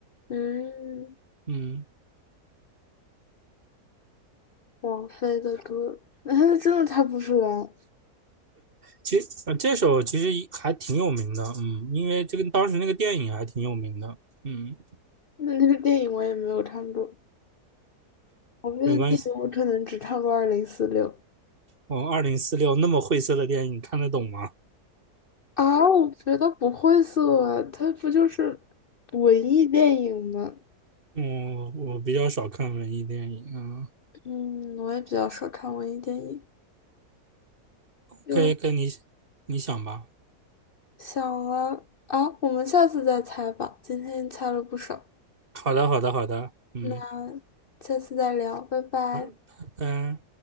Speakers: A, on the left (about 50°); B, on the right (about 35°).
A: 嗯。
B: 嗯，
A: 王菲的歌，<laughs> 那她真的猜不出来。
B: 其实呃这首其实还挺有名的，嗯，因为这个当时那个电影还挺有名的，嗯，
A: 那那个电影我也没有看过，王菲的电影我可能只看过《二零四六》
B: 没关系，我二零四六那么晦涩的电影看得懂吗？
A: 啊。我觉得不会色啊，它不就是文艺电影吗？
B: 我我比较少看文艺电影，啊，
A: 嗯，我也比较少看文艺电影。就
B: 可以跟你你想吧。
A: 想了啊，我们下次再猜吧。今天猜了不少，
B: 好的，好的，好的，嗯，
A: 那下次再聊，拜拜。
B: 好，拜拜。